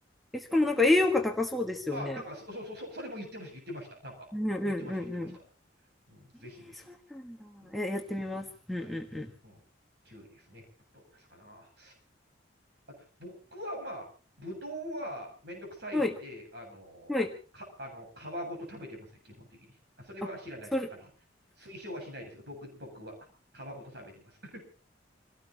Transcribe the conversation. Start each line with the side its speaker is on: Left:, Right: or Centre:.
Centre: え、しかもなんか栄養価高そうですよね。
Right: あ、なんか、そ、そ、そう、それも言ってました、言ってました。なんか、
Centre: うんうんうんうん。
Right: 言ってました、言ってました。うん、ぜひぜひ。
Centre: えー、そうなんだ。
Right: うん、
Centre: え、やってみます。うんうんう
Right: はい。うん。9位ですね。あと、ですかな。あと、僕はまあ、ぶどうはめんどくさいんで、
Centre: ん。はい、
Right: あの、
Centre: はい。
Right: か、あの、皮ごと食べてますね、基本的に。あ、それは知らないです。
Centre: あ、それ、
Right: あの、推奨はしないですよ。僕、僕は皮ごと食べてます。